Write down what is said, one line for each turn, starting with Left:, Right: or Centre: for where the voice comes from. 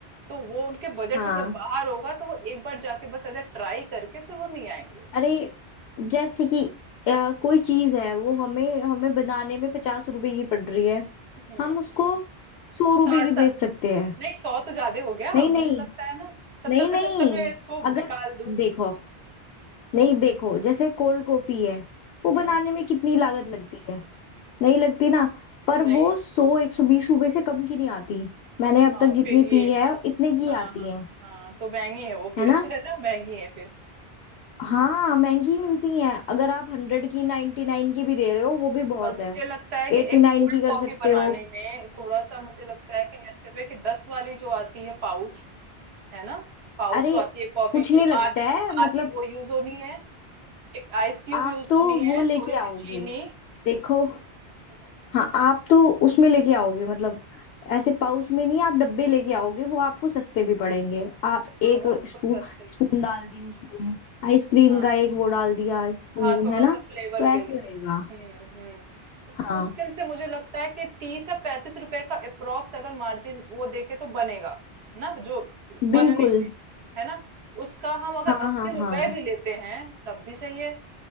Right: तो वो उनके बजट
Left: हाँ
Right: से जब बाहर होगा तो वो एक बार जाके बस ऐसा ट्राई करके फिर वो नहीं आएंगे
Left: अरे जैसे कि अ, कोई चीज है वो हमें हमें बनाने में पचास रुपए की पड़ रही है
Right: हम्म
Left: हम उसको सौ रुपए
Right: साठ
Left: की
Right: सत
Left: बेच सकते हैं
Right: नहीं सौ तो ज्यादा हो गया
Left: नहीं
Right: मुझे
Left: नहीं
Right: लगता है ना सत्तर
Left: नहीं नहीं
Right: पचहत्तर में इसको
Left: अगर
Right: निकाल दूं
Left: देखो
Right: हाँ
Left: नहीं देखो जैसे कोल्ड कॉफी है वो बनाने
Right: हम्म
Left: में कितनी लागत लगती है नहीं लगती ना पर
Right: नहीं
Left: वो सौ एक सौ बीस रुपए से कम की नहीं आती मैंने अब
Right: हाँ
Left: तक जितनी
Right: फिर ये
Left: पी है इतने की
Right: हाँ
Left: आती
Right: हाँ
Left: है
Right: हाँ तो महंगी है वो फिर
Left: है ना
Right: <laughs> है ना महंगी है फिर
Left: हाँ महंगी मिलती हैं अगर आप हंड्रेड की नाइन्टी नाइन की भी दे रहे हो वो भी बहुत
Right: और मुझे
Left: है
Right: लगता है कि
Left: एट्टी
Right: एक
Left: नाइन
Right: कोल्ड
Left: की कर
Right: कॉफी
Left: सकते
Right: बनाने
Left: हो
Right: में थोड़ा सा मुझे लगता है कि नेस्कैफे की दस वाली जो आती है पाउच है ना पाउच
Left: अरे
Right: जो आती है कॉफी
Left: कुछ नहीं
Right: की
Left: लगता
Right: आधी
Left: है मतलब
Right: आधी वो यूज होनी है एक आइस क्यूब
Left: आप
Right: यूज
Left: तो
Right: होनी है
Left: वो लेके
Right: थोड़ी सी
Left: आओगे
Right: चीनी
Left: देखो
Right: हाँ,
Left: हाँ आप तो उसमें लेके आओगे मतलब ऐसे पाउच में नहीं आप डब्बे लेके आओगे वो आपको सस्ते भी पड़ेंगे आप एक
Right: वो
Left: स्पू,
Right: कुछ सस्ते
Left: स्पून डाल दी उसमें आइसक्रीम
Right: हाँ
Left: का एक वो डाल दिया स्पून
Right: हाँ थोड़ा
Left: है ना
Right: सा फ्लेवर
Left: तो
Right: के
Left: ऐसे
Right: लिए
Left: रहेगा
Right: हम्म हम्म तो वो
Left: हाँ
Right: मुश्किल से मुझे लगता है कि तीस या पैंतीस रुपए का अप्रोक्स अगर मार्जिन वो देखे तो बनेगा ना जो
Left: बिल्कुल
Right: बनने है ना उसका हम अगर
Left: हाँ
Right: अस्सी
Left: हाँ हाँ
Right: रुपए भी लेते हैं तब भी सही है